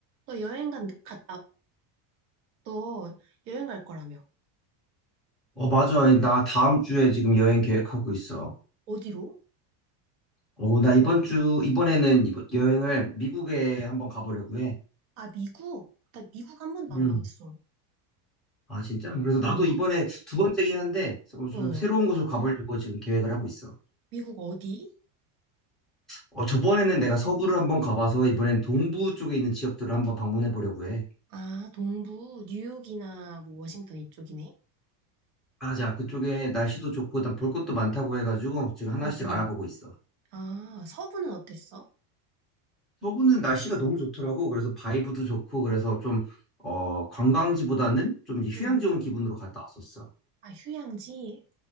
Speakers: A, on the right; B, in the centre.
A: 너 여행 간, 갔다, 너 여행 갈 거라며.
B: 어, 맞아. 나 다음 주에 지금 여행 계획하고 있어.
A: 어디로?
B: 어, 나 이번 주, 이번에는 이번- 여행을 미국에 한번 가보려고 해.
A: 아, 미국? 나 미국 한 번도
B: 음.
A: 안 가봤어.
B: 아, 진짜? 그래서 나도
A: 어,
B: 이번에 두 번째긴 한데, 어, 좀
A: 어.
B: 새로운 곳으로 가보려고 지금 계획을 하고 있어.
A: 미국 어디?
B: 어, 저번에는 내가 서부를 한번 가봐서, 이번엔 동부 쪽에 있는 지역들을 한번 방문해 보려고 해.
A: 아, 동부, 뉴욕이나 뭐 워싱턴 이쪽이네.
B: 아, 자, 그쪽에 날씨도 좋고, 일단 볼 것도 많다고 해가지고, 지금 하나씩
A: 응, 응.
B: 알아보고 있어.
A: 아, 서부는 어땠어?
B: 서구는 날씨가 너무 좋더라고. 그래서 바이브도 좋고, 그래서 좀, 어, 관광지보다는 좀 이제 휴양
A: 응.
B: 지온 기분으로 갔다 왔었어.
A: 아, 휴양지?